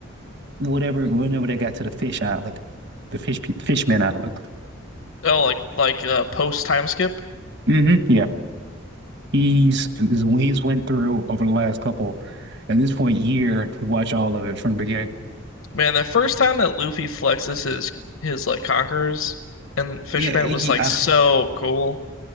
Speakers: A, on the right; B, on the left.
A: whatever, whenever they got to the fish island, the fish, pe- fishman island.
B: oh like like uh post time skip.
A: hmm Yeah. He's, he's, he's went through over the last couple, at this point, year, to watch all of it from the beginning.
B: Man, the first time that Luffy flexes his his like conquerors and Fishman
A: Yeah. He,
B: was like
A: uh,
B: so cool.